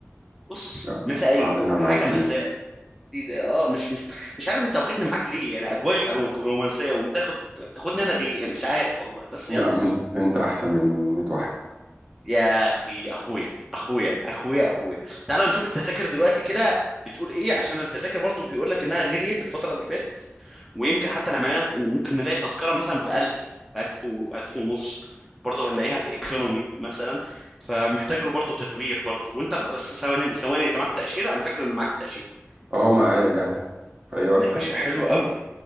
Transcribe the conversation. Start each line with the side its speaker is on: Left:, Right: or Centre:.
Centre: بص
Right: لا
Centre: مسائية
Right: قعدة أنا
Centre: حاجة
Right: معاك فيه
Centre: مساء
Right: دي.
Centre: دي ده اه مش مش مش عارف انت واخدني معاك ليه يعني اجواء رومانسية ومتاخد تاخدني انا ليه مش عارف والله بس
Right: يا
Centre: يلا
Right: عم أنت أنت أحسن من 100 واحدة
Centre: يا اخي اخويا اخويا اخويا اخويا تعالوا نشوف التذاكر دلوقتي كده بتقول ايه عشان التذاكر برضو بيقول لك انها غليت الفتره اللي فاتت ويمكن حتى نعمل لها ممكن نلاقي تذكره مثلا ب 1000 1000 و 1000 ونص برضه هنلاقيها في ايكونومي مثلا فمحتاج له برضه تدوير برضه وانت بقى بس ثواني ثواني انت معاك تاشيره انا فاكر ان معاك تاشيره
Right: أه معايا جاهزة في أي وقت
Centre: يا باشا
Right: هتطلع
Centre: حلو قوي